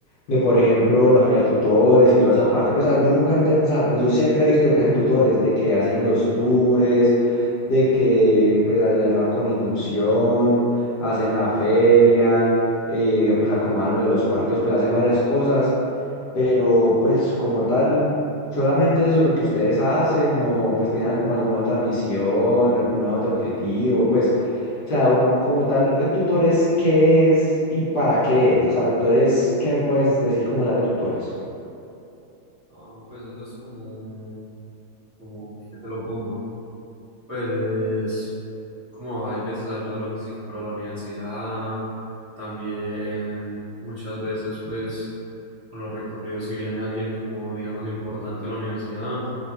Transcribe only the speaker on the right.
No, pues eso es como, como que te lo pongo. Pues como hay veces ayuda logística para la universidad, también muchas veces pues con los recorridos si viene alguien como digamos importante a la universidad,